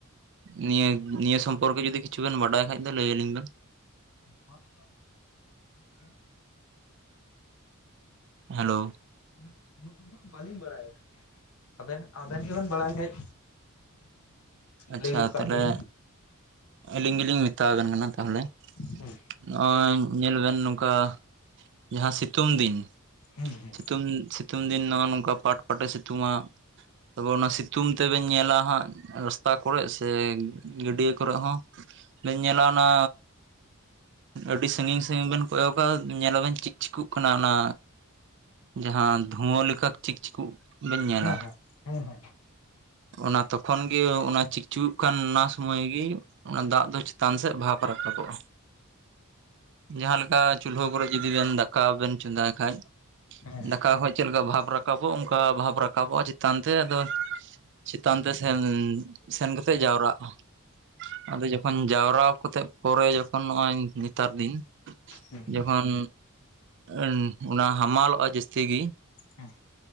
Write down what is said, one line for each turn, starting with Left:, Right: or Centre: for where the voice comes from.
Right: ᱱᱤᱭᱟᱹ ᱱᱤᱭᱟᱹ ᱥᱚᱢᱯᱚᱨᱠᱮ ᱡᱩᱫᱤ ᱠᱤᱪᱷᱩ ᱵᱮᱱ ᱵᱟᱰᱟᱭ ᱠᱷᱟᱡ ᱫᱚ ᱞᱟᱹᱭ ᱟᱞᱤᱧ ᱵᱮᱱ?
Left: <unintelligible>
Right: ᱦᱮᱞᱳ ᱾
Left: ᱩᱱᱟᱹᱜ ᱩᱱᱟᱹᱜ ᱵᱟᱹᱞᱤᱧ ᱵᱟᱲᱟᱭᱟ ᱾ ᱟᱵᱮᱱ ᱟᱵᱮᱱ ᱜᱮᱵᱮᱱ ᱵᱟᱲᱟᱭ ᱠᱷᱟᱡ
Right: ᱟᱪᱪᱷᱟ
Left: ᱞᱟᱹᱭ ᱜᱚᱫ ᱠᱟᱜ
Right: ᱛᱟᱦᱚᱞᱮ
Left: ᱵᱤᱱ᱾
Right: ᱟᱹᱞᱤᱧ ᱜᱤᱞᱤᱧ ᱢᱮᱛᱟ ᱟᱵᱮᱱ ᱠᱟᱱᱟ ᱛᱟᱦᱚᱞᱮ᱾
Left: ᱦᱩᱸ
Right: ᱱᱚᱜᱼᱚᱭ ᱧᱮᱞ ᱵᱮᱱ ᱱᱚᱝᱠᱟ ᱡᱟᱦᱟᱸ ᱥᱤᱛᱩᱝ ᱫᱤᱱ
Left: <unintelligible>
Right: ᱥᱤᱛᱩᱝ ᱥᱤᱛᱩᱝ ᱫᱤᱱ ᱫᱚ ᱱᱚᱜ ᱱᱚᱝᱠᱟ ᱯᱟᱴ ᱯᱟᱴ ᱥᱤᱛᱩᱝᱼᱟ ᱛᱚᱵᱮ ᱚᱱᱟ ᱥᱤᱛᱩᱝ ᱛᱮᱵᱮᱱ ᱧᱮᱞᱟ ᱦᱟᱸᱜ ᱨᱟᱥ ᱨᱟᱥᱛᱟ ᱠᱚᱨᱮ ᱥᱮ ᱜᱟᱹᱰᱭᱟᱹ ᱠᱚᱨᱮ ᱦᱚᱸ ᱵᱮᱱ ᱧᱮᱞᱟ ᱚᱱᱟ ᱟᱹᱰᱤ ᱥᱟᱹᱜᱤᱧ ᱥᱟᱹᱜᱤᱧ ᱵᱮᱱ ᱠᱚᱭᱚᱜᱼᱟ ᱧᱮᱞ ᱟᱵᱮᱱ ᱪᱤᱠ ᱪᱤᱠᱚᱜ ᱠᱟᱱᱟ ᱚᱱᱟ ᱡᱟᱦᱟᱸ ᱫᱷᱩᱣᱟᱹ ᱞᱮᱠᱟ ᱪᱤᱠ ᱪᱤᱠᱩᱜ ᱵᱮᱱ ᱧᱮᱞᱟ
Left: ᱦᱮᱸ ᱦᱮᱸ ᱦᱮᱸ ᱦᱮᱸ ᱦᱮᱸ ᱦᱮᱸ
Right: ᱚᱱᱟ ᱛᱚᱠᱷᱚᱱ ᱜᱮ ᱚᱱᱟ ᱪᱤᱠ ᱪᱤᱠᱜᱩᱚᱜ ᱠᱟᱱ ᱚᱱᱟ ᱥᱩᱢᱟᱹᱭ ᱜᱤ ᱚᱱᱟ ᱫᱟᱜ ᱫᱚ ᱪᱮᱛᱟᱱ ᱥᱮᱫ ᱵᱷᱟᱵᱽ ᱨᱟᱠᱟᱵᱚᱜᱼᱟ᱾ ᱡᱟᱦᱟᱸ ᱞᱮᱠᱟ ᱪᱩᱞᱦᱟᱹ ᱠᱚᱨᱮ ᱡᱚᱫᱤ ᱵᱮᱱ ᱫᱟᱠᱟ ᱵᱮᱱ ᱪᱚᱸᱫᱟᱭ ᱠᱷᱟᱡ
Left: ᱦᱮᱸ
Right: ᱫᱟᱠᱟ ᱠᱷᱚᱡ ᱪᱮᱞᱠᱟ ᱵᱷᱟᱵ ᱨᱟᱠᱟᱵᱚᱜᱼᱟ ᱚᱱᱠᱟ ᱵᱷᱟᱵ ᱨᱟᱠᱟᱵᱚᱜᱼᱟ ᱪᱮᱛᱟᱱ ᱛᱮ, ᱟᱫᱚ ᱪᱮᱛᱟᱱ ᱛᱮ ᱥᱮᱱ ᱥᱮᱱ ᱠᱟᱛᱮᱜ ᱡᱟᱣᱨᱟᱜᱼᱟ ᱾ ᱟᱫᱚ ᱡᱚᱠᱷᱚᱱ ᱡᱟᱣᱨᱟᱣ ᱠᱚᱛᱮᱜ ᱯᱚᱨᱮ ᱡᱚᱠᱷᱚᱱ ᱱᱚᱜᱼᱚᱭ ᱱᱮᱛᱟᱨ ᱫᱤᱱ
Left: ᱦᱮᱸ ᱦᱮᱸ
Right: ᱡᱚᱠᱷᱚᱱ ᱩᱸ ᱚᱱᱟ ᱦᱟᱢᱟᱞᱚᱜᱼᱟ ᱡᱟᱹᱥᱛᱤ ᱜᱤ
Left: ᱦᱮᱸ